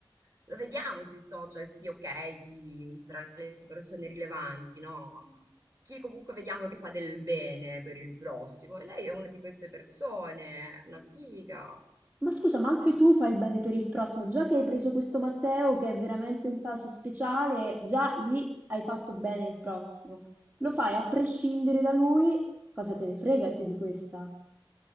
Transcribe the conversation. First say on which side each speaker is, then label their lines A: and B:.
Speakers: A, on the right; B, on the right.
A: Lo vediamo sui social, sì, ok, chi tra le persone rilevanti, no? Chi comunque vediamo che fa del bene per il prossimo. E lei è una di queste persone, una figa.
B: Ma scusa, ma anche tu fai il bene per il prossimo, già che hai preso questo Matteo, che è veramente un caso speciale, già lì hai fatto bene il prossimo. Lo fai a prescindere da lui, cosa te ne frega a te di questa?